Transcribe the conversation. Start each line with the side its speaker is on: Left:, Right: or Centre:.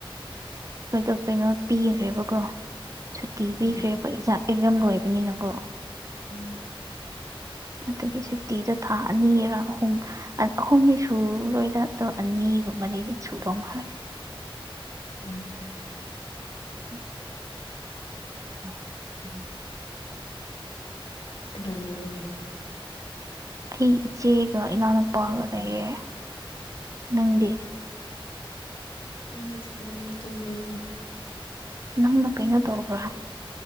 Right: ꯑꯩꯏꯗꯣ ꯀꯩꯅꯣ ꯄꯤꯈ꯭ꯔꯦꯕꯀꯣ ꯁꯨꯇꯤ
Left: ꯀꯩ
Right: ꯄꯤꯈ꯭ꯔꯦꯕꯖꯥ ꯑꯦꯛꯖꯥꯝ ꯂꯣꯏꯕꯅꯤꯅꯀꯣ
Left: ꯎꯝ
Right: ꯑꯗꯨꯒꯤ ꯁꯨꯇꯤꯗꯣ ꯊꯥ ꯑꯅꯤꯔ ꯑꯍꯨꯝ ꯑꯍꯨꯝꯅꯤ ꯁꯨꯔꯣꯏꯗ ꯑꯗꯣ ꯑꯅꯤꯒꯨꯝꯕꯗꯤ ꯁꯨꯗꯧ ꯃꯥꯜꯂꯦ
Left: ꯎꯝ
Right: <unintelligible> ꯎꯝ ꯎꯝ
Left: <unintelligible>
Right: ꯑꯩ ꯏꯆꯦꯒ ꯏꯅꯥꯎꯅꯨꯄꯥꯒ ꯂꯩꯌꯦ ꯅꯪꯗꯤ
Left: ꯑꯩꯗꯤ ꯢꯊꯟꯅꯅ ꯇꯨꯝꯃꯦꯍꯦ
Right: ꯅꯪꯅ ꯀꯩꯅꯣ ꯇꯧꯕ꯭ꯔꯥ